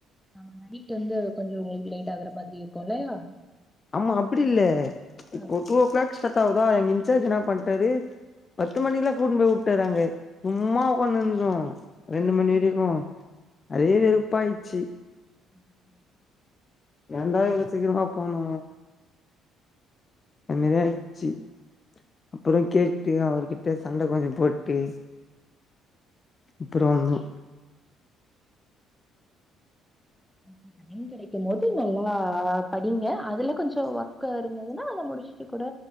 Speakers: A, in the centre; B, on the left.
A: ஆமா நைட் வந்து கொஞ்சோ உங்ளுக்கு லேட் ஆகுற மாதிரி இருக்கும் இல்லயா
B: ஆமா அப்டி இல்ல
A: ஆ
B: இப்போ டூ வோ க்ளாக் ஸ்டார்ட் ஆகுதா எங் இன்சார்ஜ் இன்னா பண்ட்டாரு பத்து மணிக்லா கூட்னு போய் உட்டாரு அங்க சும்மா உக்கான்னுந்தோ ரெண்டு
A: ஆ
B: மணி வரிக்கோ அதே வெறுப்ப ஆய்ச்சு
A: ம்
B: ஏன்டா இவ்ளோ சீக்கிரமா போணோ அன் மேரி ஆய்ச்சு அப்புறோ கேட்டு அவர்கிட்ட சண்ட கொஞ்சோ போட்டு அப்புறோ வந்தோ
A: அனுப்பிட்ட டைம் கெடைக்கும்போது நல்லா படிங்க அதுல கொஞ்சோ ஒர்க்காக இருந்ததுன்னா அத முடிஸ்ட்டு கூட